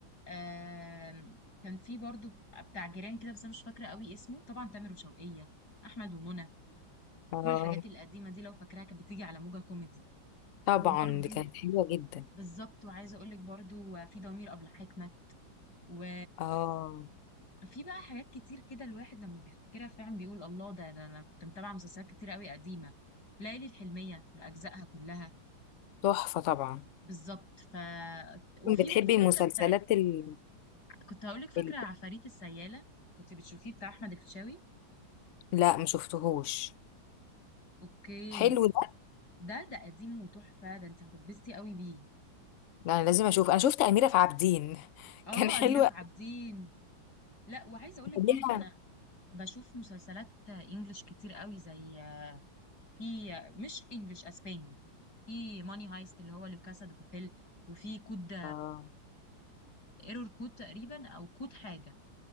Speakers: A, on the left; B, on the left.
A: آم، كان في برضو بتاع جيران كده بس أنا مش فاكرة قوي اسمه طبعا تامر وشوقية أحمد ومنى
B: آه
A: كل الحاجات القديمة دي لو فاكراها كانت بتيجي على موجة كوميدي
B: طبعا
A: وبرضو
B: دي كانت حلوه جدا
A: بالظبط وعايزة أقولك برضو في ضمير أبلة حكمة و
B: اه
A: في بقى حاجات كتير كده الواحد لما بيفتكرها فعلا بيقول الله ده, ده انا كنت متابعه مسلسلات كتير قوي قديمه ليالي الحلميه باجزائها كلها
B: تحفه طبعا
A: بالظبط ف وفي
B: بتحبي
A: برضه
B: المسلسلات
A: فاكره بتاع
B: ال...
A: كنت هقول لك فاكره
B: ال...
A: عفاريت السياله كنت بتشوفيه بتاع احمد الفيشاوي
B: لا ما شفتهوش
A: اوكي
B: حلو ده
A: ده ده قديم وتحفه ده انت هتتبسطي قوي بيه
B: لا، انا لازم اشوف انا شفت اميره في عابدين <laughs>
A: اه
B: كان حلو
A: اميره في عابدين لا وعايزه اقول لك
B: ليها
A: برضه انا بشوف مسلسلات انجلش كتير قوي زي في مش انجلش اسباني في ماني هايست اللي هو لكاسا دي بابيل وفي كود
B: اه
A: ايرور كود تقريبا او كود حاجه